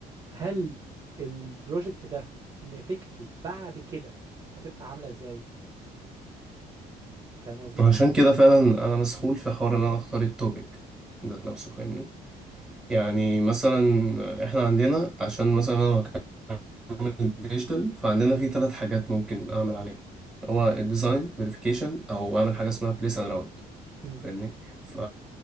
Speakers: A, on the right (about 25°); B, in the centre.
A: هل البروجكت ده نتيجته بعد كده هتبقى عاملة ازاي فاهم قصدي؟
B: عشان كده فعلا انا مسحول
A: م-
B: في حوار ان انا اختار التوبيك ذات نفسه فاهمني يعني مثلا احنا عندنا عشان مثلا انا هكمل الديجيتال فعندنا في ثلاث حاجات ممكن اعمل عليهم هو الديزاين فيريفيكيشن او اعمل حاجه اسمها بليس اند راوت
A: م،
B: فاهمني ف